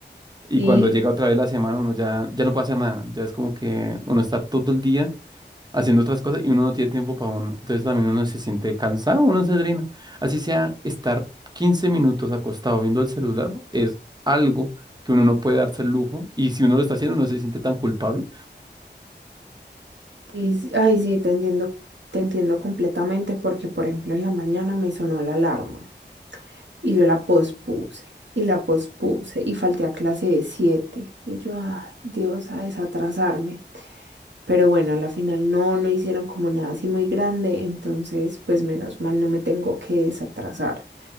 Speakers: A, on the right; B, on the right.
A: Y
B: Y,
A: cuando llega otra vez la semana, uno ya, ya no puede hacer nada. Ya es como que uno está todo el día haciendo otras cosas y uno no tiene tiempo para uno. Entonces también uno se siente cansado, uno se drena. Así sea, estar 15 minutos acostado viendo el celular es algo que uno no puede darse el lujo. Y si uno lo está haciendo, no se siente tan culpable.
B: y, ay, sí, te entiendo, te entiendo completamente porque, por ejemplo, en la mañana me sonó la alarma y yo la pospuse y la pospuse y falté a clase de 7 y yo, ay, Dios, a desatrasarme. Pero bueno, a la final no, no hicieron como nada así muy grande, entonces, pues menos mal no me tengo que desatrasar.